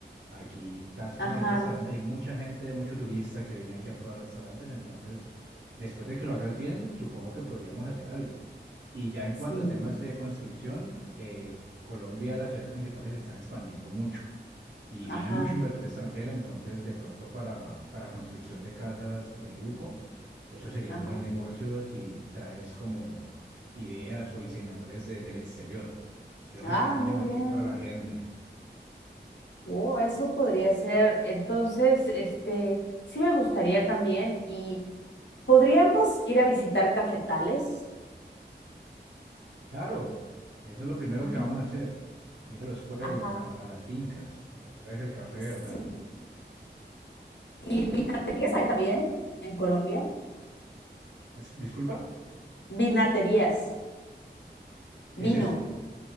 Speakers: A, on the right; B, on the left.
A: Aquí, así
B: ajá,
A: como hay restaurantes, hay mucha gente, mucho turista que viene aquí a probar restaurantes, entonces, después de que lo hagas bien, supongo que podríamos hacer algo. Y ya en
B: sí,
A: cuanto a temas de construcción, eh, Colombia, las ciudades principales se están expandiendo mucho y
B: ajá,
A: viene mucho inversor extranjero, entonces de pronto para, para construcción de casas de lujo, eso sería
B: ajá.
A: un buen negocio si traes como ideas o diseñadores de- del exterior. Creo
B: Ah,
A: que sería muy
B: muy
A: llamativo
B: bien.
A: para la gente.
B: Oh, eso podría ser. Entonces, este, sí me gustaría también y Podríamos ir a visitar cafetales.
A: Claro, eso es lo primero
B: Ujú,
A: que vamos a hacer, ir a los pueblos,
B: Ajá.
A: a, a las fincas, a que pruebes el café,
B: Sí.
A: ¿verdad?
B: Y vinaterías hay también en Colombia.
A: Es- disculpa,
B: Vinaterías,
A: ¿qué
B: vino,
A: es eso?